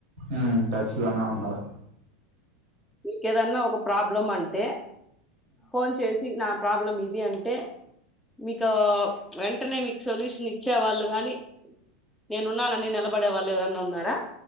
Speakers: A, on the right; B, in the centre.
A: ఉమ్ టచ్ లోనే ఉన్నారు.
B: మీకేదన్నా ఒక ప్రాబ్లం అంటే, ఫోన్ చేసి నా ప్రాబ్లం ఇది అంటే, మీకో, వెంటనే మీకు సొల్యూషన్ ఇచ్చే వాళ్ళు గాని, నేనున్నానని నిలబడే వాళ్ళు, ఎవరన్నా ఉన్నారా?